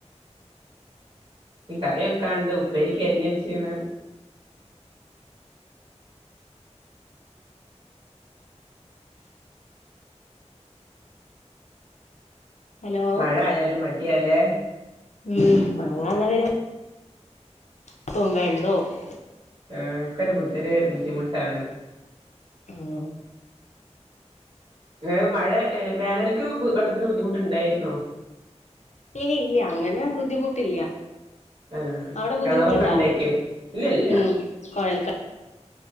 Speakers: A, on the right; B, on the left.
A: ഈ കറി വെക്കാണ്ട് ഉപ്പേരിക്ക് അരിഞ്ഞ് വെച്ചീണ്.
B: ഹലോ
A: മഴ ആയാരു മടിയാല്ലേ?
B: ഉം <unintelligible> <unintelligible>
A: ആ ഒക്കേ രു ബു രു ബുദ്ധിമുട്ടാണ്.
B: ആഹ്
A: വേ മഴഏ വേനൽക്ക് ബു വെള്ളത്തിന് ബുദ്ധിമുട്ട്ണ്ടായിരുന്നോ?
B: ഏയ് ഇല്ല്യാ അങ്ങനെ ബുദ്ധിമുട്ടില്ല്യാ.
A: ആഹ്
B: അവിടെ ബുദ്ധിമുട്ടുണ്ടാ?
A: കിണറൊക്കെ ഉണ്ടായിക്കോ ഇല്ല ഇല്ല
B: ഉം കൊഴൽ കെണ